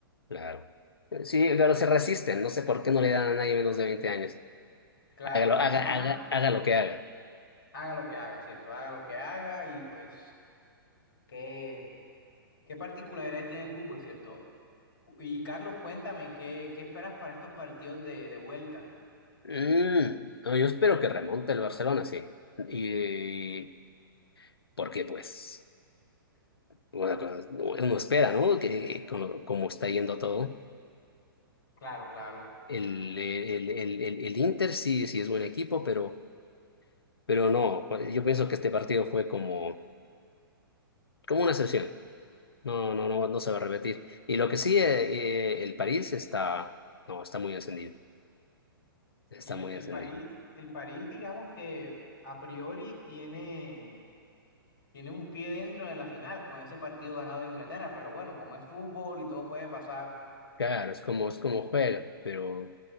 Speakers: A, on the left; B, on the left.
A: Claro. Sí, pero se resisten, no sé por qué no le dan a nadie menos de 20 años.
B: Claro,
A: Hágalo, haga,
B: pero ajá,
A: haga, haga lo que haga.
B: haga lo que haga, ¿cierto? Haga lo que haga y pues, ¿qué, qué particularidad tiene el fútbol, ¿cierto? Y Carlos, cuéntame, ¿qué, qué esperas para estos partidos de, de vuelta?
A: Mm, no, yo espero que remonte el Barcelona, sí. Y, porque pues bueno, pues, uno espera, ¿no? Que como, como está yendo todo,
B: Claro, claro.
A: el, el, el, el, el Inter sí, sí es buen equipo, pero, pero no, pues, yo pienso que este partido fue como, como una excepción. No, no, no, no se va a repetir. Y lo que sí, eh, eh, el París está, no, está muy encendido, está
B: Sí,
A: muy
B: el, el
A: encendido.
B: París, el París, digamos que a priori tiene. tiene un pie dentro de la final con ese partido ganado de Inglaterra, pero bueno, como es fútbol y todo puede pasar.
A: Claro, es como, es como juega, pero...